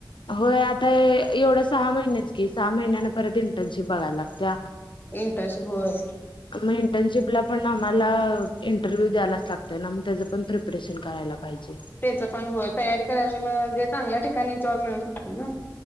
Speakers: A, on the left (about 80°); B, on the left (about 25°).
A: होय आता एवढं सहा महिनेच की सहा महिन्याना परत इंटर्नशिप बघायला लागतंय
B: इंटरशिप होय.
A: मग इंटर्नशिपला पण आम्हाला इंटरव्ह्यू द्यायच लागतय ना त्याच पण प्रि ऑपरेशन करायला पाहिजे
B: त्याच पण होय तयारी करायला म्हणजे चांगल्या ठिकाणी जॉब मिळू शकतो ना